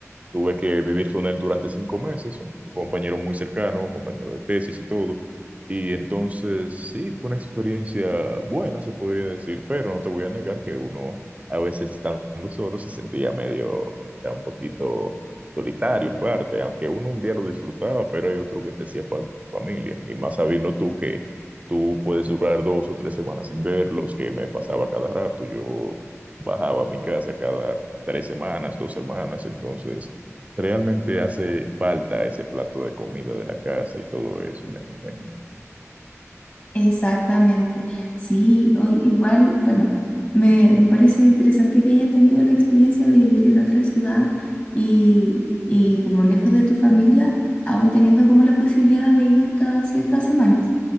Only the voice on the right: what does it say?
Tuve que vivir con él durante cinco meses, un compañero muy cercano, compañero de tesis y todo. Y entonces, sí, fue una experiencia buena, se podría decir, pero no te voy a negar que uno a veces estando solo se sentía medio, o sea, un poquito solitario en parte, aunque uno un día lo disfrutaba, pero hay otro que te hacía falta tu familia. Y más sabiendo tú que tú puedes durar dos o tres semanas sin verlos, que me pasaba cada rato, yo bajaba a mi casa cada tres semanas, dos semanas, entonces Realmente hace falta ese plato de comida de la casa y todo eso, y la compañía.